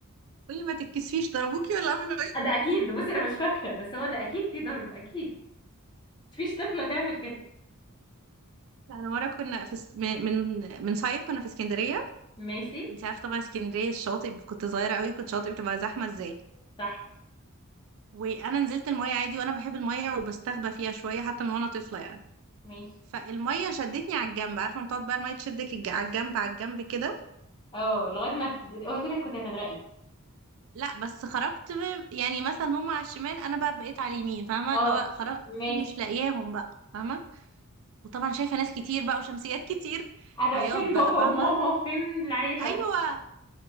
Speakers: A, on the right; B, on the left.
A: قولي ما تتكسفيش ضربوكي ولا عملوا ايه
B: ده أكيد بصي أنا مش فاكرة بس هو ده أكيد في ضرب أكيد مفيش طفلة تعمل كده
A: لا انا مره كنا في اس- من من من صيف كنا في اسكندريه
B: ماشي
A: انت عارفه طبعا اسكندريه الشواطئ كنت صغيره قوي كنت شاطئ بتبقى زحمه ازاي
B: صح
A: وانا نزلت الميه عادي وانا بحب الميه وبستخبى فيها شويه حتى من وانا طفله يعني
B: ماشي
A: فالميه شدتني على الجنب عارفه لما تقعد بقى الميه تشدك الج- على الجنب على الجنب كده
B: اه لغايه ما ت- اوعي تقولي كنت هتغرقي
A: لا بس خرجت ب- يعني مثلا هم على الشمال انا بقى بقيت على اليمين فاهمه
B: اه
A: اللي هو خرجت
B: ماشي
A: مش لاقياهم بقى فاهمه وطبعا شايفه ناس كتير بقى وشمسيات كتير
B: أر-
A: عياط
B: فين
A: بقى
B: بابا
A: فاهمه
B: وماما وفين العيله
A: ايوه